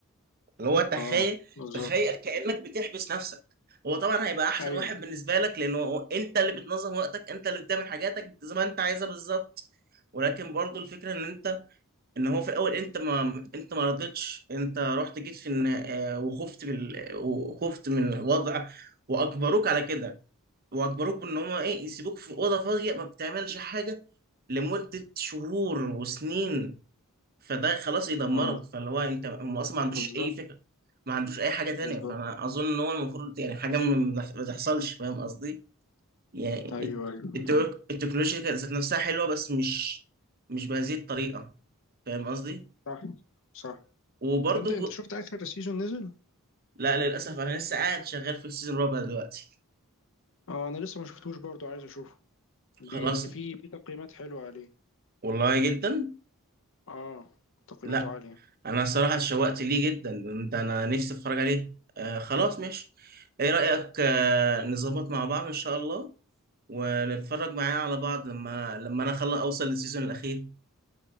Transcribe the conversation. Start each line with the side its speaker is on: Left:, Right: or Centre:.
Right: اللي هو تخيل
Left: اه بالظبط
Right: تخيل كأنك بتحبس نفسك هو طبعا هيبقى احسن
Left: ايوه
Right: واحد بالنسبة لك لان هو انت اللي بتنظم وقتك انت اللي بتعمل حاجاتك زي ما انت عايزها بالظبط ولكن برضو الفكرة ان انت ان هو في الاول انت ما انت ما رضيتش انت رحت جيت في النها- آه، وخفت بال... وخفت من الوضع واجبروك على كده واجبروك ان هم ايه يسيبوك في اوضه فاضيه ما بتعملش حاجه لمده شهور وسنين فده خلاص يدمرك
Left: اه
Right: فاللي هو انت هم اصلا ما عندوش
Left: بالظبط
Right: اي فكره ما عندوش اي حاجه تانية
Left: بالظبط
Right: فانا اظن ان هو المفروض يعني حاجه ما ما تحصلش فاهم قصدي يعني
Left: ايوه
Right: الت-
Left: ايوه
Right: التك-
Left: فاهم
Right: التكنولوجيا كانت ذات نفسها حلوه بس مش مش بهذه الطريقه فاهم قصدي
Left: صح صح
Right: وبرضه
Left: طب انت انت شفت اخر سيزون نزل؟
Right: لا للاسف انا لسه قاعد شغال في السيزون الرابع دلوقتي
Left: اه انا لسه ما شفتوش برضو عايز اشوفه بي
Right: خلاص
Left: يعني في في تقييمات حلوة عليه
Right: والله جدا
Left: اه تقييماته
Right: لا
Left: عالية
Right: انا الصراحه اتشوقت ليه جدا ده انا نفسي اتفرج عليه آه خلاص ماشي ايه رايك آه نظبط مع بعض ان شاء الله ونتفرج معايا على بعض لما لما انا خلاص اوصل للسيزون الاخير